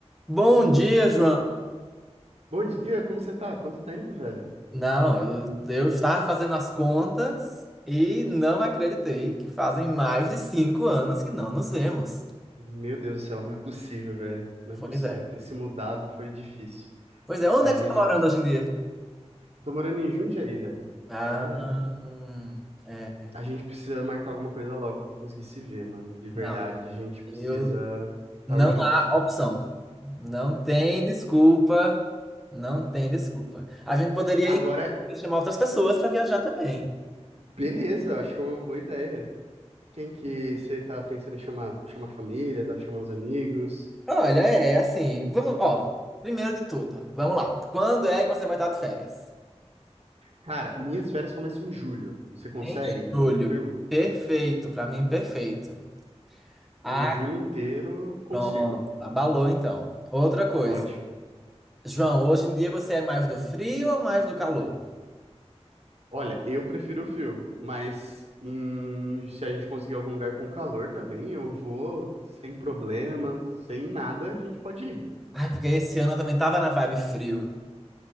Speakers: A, in the centre; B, on the right (about 65°).
A: Bom dia, João.
B: E, ah, Bom dia, como você tá? Quanto tempo, velho?
A: Não, eu, eu estava fazendo as contas e não acreditei que fazem mais de cinco anos que não nos vemos.
B: Meu Deus do céu, não é possível, velho. Não é
A: Pois
B: possível.
A: é.
B: Ter se mudado foi difícil.
A: Pois é, onde
B: Mas
A: é
B: a
A: que
B: gente.
A: você está morando hoje em dia?
B: Eu tô morando em Jundiaí, velho.
A: Ah,
B: É.
A: hum, é,
B: A gente precisa marcar alguma coisa logo pra eu conseguir se ver, mano. De verdade,
A: não,
B: a gente precisa.
A: eu, não
B: Tá urgente.
A: há opção. Não tem desculpa. Não tem desculpa. A gente poderia
B: Agora,
A: inclusive, chamar outras pessoas para viajar também.
B: beleza, eu acho que é uma boa ideia. Quem que você tá pensando em chamar? Dá pra chamar a família? Dá pra chamar os amigos?
A: Olha, é assim, vamos, ó, primeiro de tudo, vamos lá. Quando é que você vai estar de férias?
B: Cara, minhas férias começam em julho. Você consegue?
A: Em julho.
B: Tranquilo?
A: Perfeito, pra mim perfeito. Ah,
B: Em julho inteiro, consigo.
A: pronto. Abalou então. Outra coisa.
B: Ótimo.
A: João, hoje em dia você é mais do frio ou mais do calor?
B: Olha, eu prefiro o frio, mas em- se a gente conseguir algum lugar com calor também, eu vou sem problema, sem nada, a gente pode ir.
A: Ai, porque esse ano eu também tava na vibe frio.